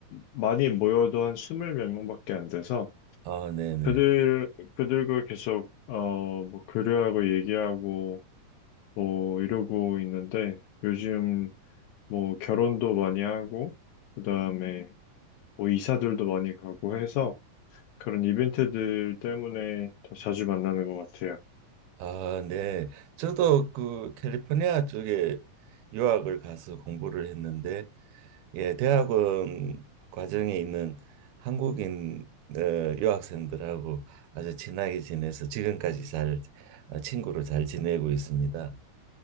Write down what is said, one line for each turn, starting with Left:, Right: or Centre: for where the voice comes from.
Left: 많이 모여도 한 스물 몇 명밖에 안 돼서
Right: 아, 네네.
Left: 그들, 그들과 계속, 어, 뭐, 교류하고 얘기하고, 뭐, 이러고 있는데 요즘 뭐, 결혼도 많이 하고, 그 다음에 뭐, 이사들도 많이 가고 해서 그런 이벤트들 때문에 더 자주 만나는 것 같아요.
Right: 아, 네. 저도 그 캘리포니아 쪽에 유학을 가서 공부를 했는데, 예, 대학원 과정에 있는 한국인 어, 유학생들하고 아주 친하게 지내서 지금까지 잘 아, 친구로 잘 지내고 있습니다.